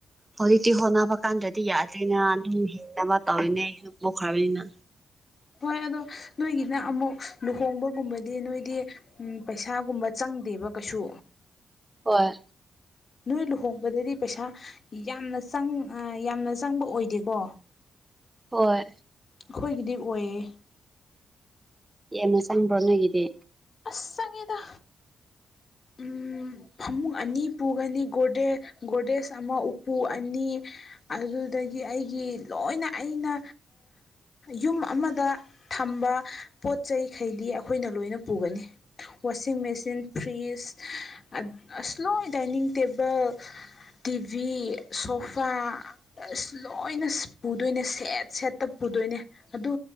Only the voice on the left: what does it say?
ꯍꯣꯏ ꯑꯗꯣ ꯅꯣꯏꯒꯤꯗꯨꯅꯥ ꯑꯃꯨꯛ ꯂꯨꯍꯣꯡꯕꯒꯨꯝꯕꯗꯤ ꯅꯣꯏꯗꯤ ꯄꯩꯁꯥꯒꯨꯝꯕ ꯆꯪꯗꯦꯕ ꯀꯩꯁꯨ
ꯅꯣꯏ ꯂꯨꯍꯣꯡꯕꯗꯗꯤ ꯄꯩꯁꯥ ꯌꯥꯝꯅ ꯆꯪ ꯑꯥ ꯌꯥꯝꯅ ꯆꯪꯕ ꯑꯣꯏꯗꯦꯀꯣ <inaudible>
ꯑꯩꯈꯣꯏꯒꯤꯗꯤ ꯑꯣꯏꯌꯦ
ꯑꯁ ꯆꯪꯒꯤꯦꯗ ꯎꯝ ꯐꯃꯨꯡ ꯑꯅꯤ ꯄꯨꯒꯅꯤ ꯒꯣꯔꯗꯦ ꯒꯣꯔꯗꯦꯖ ꯑꯃ ꯎꯄꯨ ꯑꯅꯤ ꯑꯗꯨꯗꯒꯤ ꯑꯩꯒꯤ ꯂꯣꯏꯅ ꯑꯩꯅ ꯌꯨꯝ ꯑꯃꯗ ꯊꯝꯕ ꯄꯣꯠ ꯆꯩꯈꯩꯗꯤ ꯑꯩꯈꯣꯏꯅ ꯂꯣꯏꯅ ꯄꯨꯒꯅꯤ ꯋꯥꯁꯤꯡ ꯃꯦꯆꯤꯟ ꯐ꯭ꯔꯤꯖ ꯑꯁ ꯂꯣꯏ ꯗꯥꯏꯅꯤꯡ ꯇꯦꯕꯜ ꯇꯤꯚꯤ ꯁꯣꯐꯥ ꯑꯁ ꯂꯣꯏꯅ ꯄꯨꯗꯣꯏꯅꯦ ꯁꯦꯠ ꯁꯦꯠꯇ ꯄꯨꯗꯣꯏꯅꯦ ꯑꯗꯨ